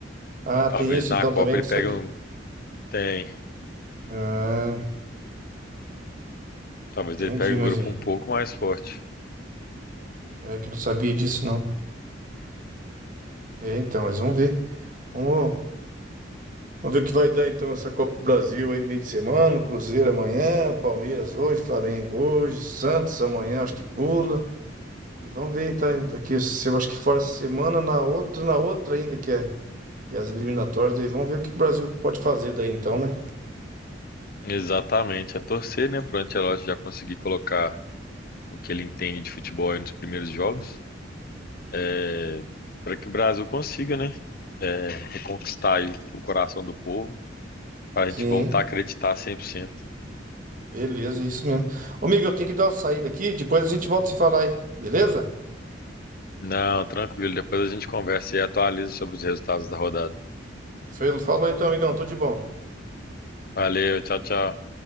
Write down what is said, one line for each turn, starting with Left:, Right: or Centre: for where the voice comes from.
Right: Ah,
Left: Talvez
Right: tem isso
Left: na
Right: então
Left: Copa
Right: também, não
Left: ele
Right: sabia.
Left: pegue um. Tem.
Right: Ah,
Left: Talvez
Right: entendi,
Left: ele pegue
Right: mas
Left: um grupo
Right: é
Left: um pouco mais forte.
Right: é que não sabia disso, não. É, então, mas vamos ver. Vamos, vamos ver o que vai dar então essa Copa do Brasil aí, meio de semana, Cruzeiro amanhã, Palmeiras hoje, Flamengo hoje, Santos amanhã, acho que pula. E vamos ver então aqui, se eu acho que fora essa semana, na outra, na outra ainda que é, que é as eliminatórias, daí vamos ver o que que o Brasil pode fazer daí então, né?
Left: Exatamente. É torcer, né? Para o Ancelotti já conseguir colocar o que ele entende de futebol aí nos primeiros jogos. É... Para que o Brasil consiga, né? É... Reconquistar aí o o coração do povo. Para a
Right: Sim,
Left: gente voltar a acreditar 100%.
Right: beleza, isso mesmo. Ô, amigo, eu tenho que dar uma saída aqui, depois a gente volta a se falar aí, beleza?
Left: Não, tranquilo. Depois a gente conversa e atualiza sobre os resultados da rodada.
Right: Fe- Falou então, amigão, tudo de bom.
Left: Valeu, tchau, tchau.